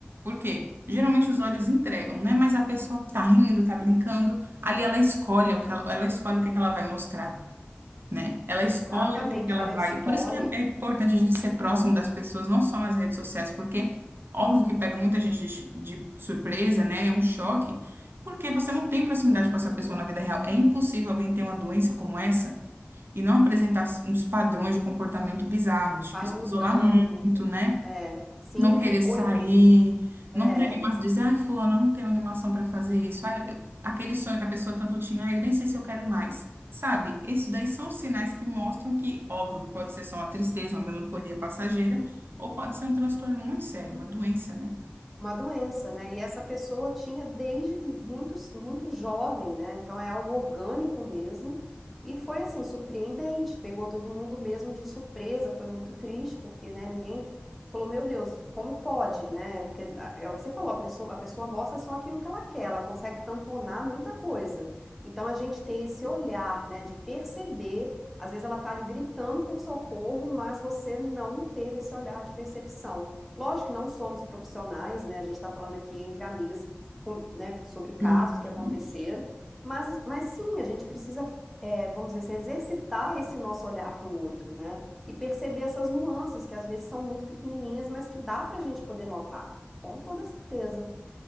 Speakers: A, on the right; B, in the centre.
A: Por quê? Geralmente os olhos entregam, né? Mas a pessoa tá rindo, tá brincando, ali ela escolhe o que ela, ela escolhe o que que ela vai mostrar, né? Ela
B: Exatamente,
A: escolhe o que que ela
B: ela
A: vai.
B: escolhe,
A: Por isso que é é importante a gente ser próximo das pessoas, não só nas redes sociais, porque óbvio que pega muita gente de, de surpresa, né? É um choque, porque você não tem proximidade com essa pessoa na vida real. É impossível alguém ter uma doença como essa e não apresentar uns padrões de comportamento bizarros, tipo,
B: vai
A: se
B: mudando.
A: isolar muito, né?
B: É, sim,
A: Não querer
B: ou
A: sair,
B: em-
A: não
B: é,
A: ter animação, dizer, ai, fulano, eu não tenho animação para fazer isso. Ai, eu- aquele sonho que a pessoa tanto tinha, ai, eu nem sei se eu quero mais. Sabe? Isso daí são sinais que mostram que, óbvio, que pode ser só uma tristeza, uma melancolia passageira, ou pode ser um transtorno muito sério, uma doença, né?
B: uma doença, né? E essa pessoa tinha desde muito, muito jovem, né? Então é algo orgânico mesmo. E foi assim, surpreendente, pegou todo mundo mesmo de surpresa, foi muito triste, porque, né, ninguém falou, meu Deus, como pode, né? Porque ah, é o que você falou, a pessoa, a pessoa mostra só aquilo que ela quer, ela consegue tamponar muita coisa. Então a gente tem esse olhar, né, de perceber, às vezes ela tá ali gritando por socorro, mas você não teve esse olhar de percepção. Lógico que não somos profissionais, né? A gente está falando aqui entre amigas, com- né, sobre casos
A: Uhum.
B: que aconteceram, mas, mas sim, a gente precisa, é, vamos dizer assim, exercitar esse nosso olhar para o outro, né? E perceber essas nuances que às vezes são muito pequenininhas, mas que dá para a gente poder notar, com toda certeza.